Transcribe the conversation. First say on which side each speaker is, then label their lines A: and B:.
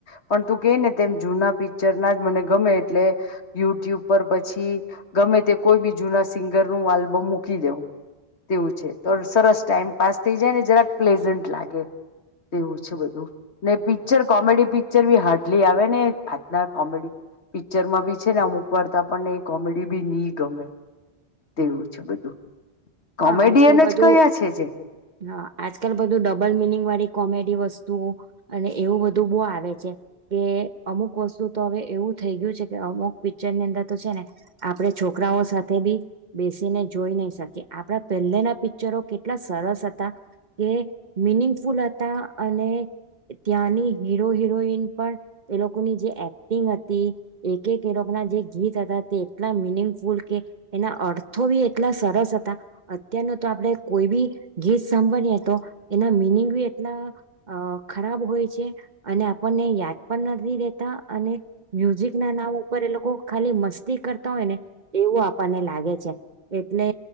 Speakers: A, on the left; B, on the right.
A: પણ તું કે ને તેમ જૂના પિક્ચર ના જ મને ગમે એટલે યુટ્યુબ પર પછી. પછી, ગમે તે કોઈ બી જૂના સિંગર નું આલ્બમ મૂકી દેઉ તેવું છે. તો સરસ ટાઈમ પાસ થઈ જાય ને જરાક પ્લેઝન્ટ લાગે તેવું છે બધું ને પિક્ચર કોમેડી પિક્ચર બી હાર્ડલી આવે ને આજના કોમેડી પિક્ચરમાં બી છે, ને અમુક વારતા. પણને કોમેડી બી નહી, ગમે તેવું છે બધું.
B: હા
A: કોમેડિયન
B: આજકાલ બધું
A: જ કયા છે જે
B: હા આજકાલ બધું ડબલ મિનિંગ વાળી કોમેડી વસ્તુ વતુ અને એવું બધું બહ આવે છે કે અમુક વસ્તુ તો હવે એવું થઈ ગયું છે કે અમુક પિક્ચર ની અંદર તો છે ને આપણે છોકરાઓ સાથે બી બેસીને જોઈ નહી શકીએ. આપણા પહેલેના પિક્ચરો કેટલા સરસ હતા કે મિનિંગફુલ હતા અને ત્યાંની હીરો હિરોઈન પણ એ લોકોની જે એક્ટિંગ હતી એક એક એ લોકોના જે ગીત હતા તે એટલા મિનિંગફુલ કે એના અર્થો બી એટલા સરસ હતા. અત્યારનું તો આપણે કોઈ બી ગીત સાંભાળીએ તો એના મિનિંગ બી એટલા ખરાબ હોય છે અને આપણને યાદ પણ નથી રેતા અને. મ્યુઝિક ના નામ ઉપર એ લોકો કો ખાલી મસ્ત કરતા હોય ને એવું આપ મને લાગે છે. એટલે.